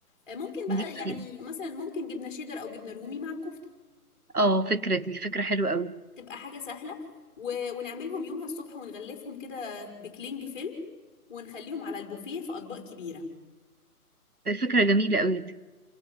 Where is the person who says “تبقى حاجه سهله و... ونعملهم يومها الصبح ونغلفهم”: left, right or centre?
Left